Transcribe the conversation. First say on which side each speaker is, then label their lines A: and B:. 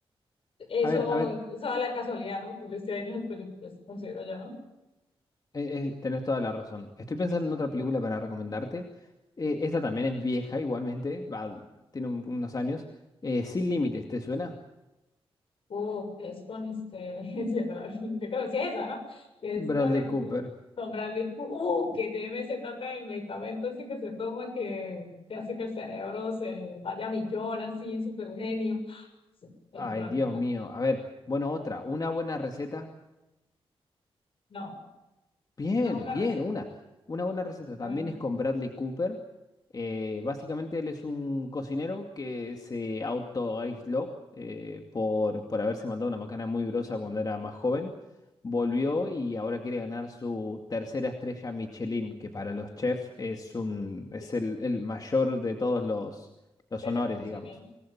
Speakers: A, on the left; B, on the left.
A: Eso,
B: A ver, a ver,
A: eso da la casualidad, ¿no? Que lo esté en las películas, considero yo, ¿no?
B: eh, eh, tenés toda la razón. Estoy pensando en otra película para recomendarte. Eh, esta también es vieja, igualmente, va, tiene un- unos años. Eh, Sin Límites, ¿te suena?
A: Uh, que es con este, <laughs> se me la- yo creo que sí es esa, ¿no? Que es
B: Bradley
A: con el,
B: Cooper.
A: con Bradley Coo- uh, que tiene se trata del medicamento ese que se toma que, que hace que el cerebro se vaya a millón, así, súper genio. Sí, película
B: Ay,
A: me
B: Dios
A: encanta.
B: mío. A ver, bueno, otra, una buena receta.
A: No,
B: Bien,
A: una buena
B: bien,
A: receta,
B: una, una buena receta.
A: ¿saben?
B: También es con Bradley Cooper. Eh, básicamente él es un cocinero que se autoaisló eh, por, por haberse mandado una macana muy grosa cuando era más joven. Volvió y ahora quiere ganar su tercera estrella Michelin, que para los chefs es un, es
A: Sí,
B: el, el mayor de todos los, los
A: sí,
B: honores,
A: reconocimiento.
B: digamos.